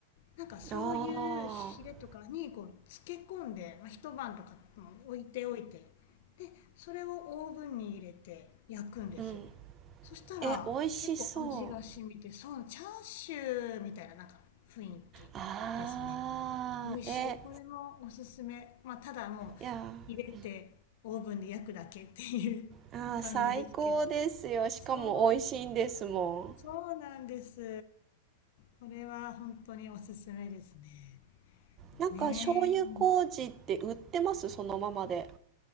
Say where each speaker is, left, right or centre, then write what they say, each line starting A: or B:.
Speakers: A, on the left; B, on the right.
A: なんかそういうヒレとかにこう漬け込んで、
B: ああ
A: まあ、一晩とかうん置いておいてでそれをオーブンに入れて焼くんですよ
B: ーうん
A: そしたら結構味が染みてそうチャーシューみたいななんか雰囲気ですね
B: え美味しそうああーえ
A: 美味しいこれもおすすめまあただもう
B: いやー
A: 入れてオーブンで焼くだけっていう感じですけど
B: あー最高ですよしかも美味しいんですも
A: そうそうなんですこれは本当におすすめですね
B: んなんか醤油麹って売ってますそのままで
A: ねえ。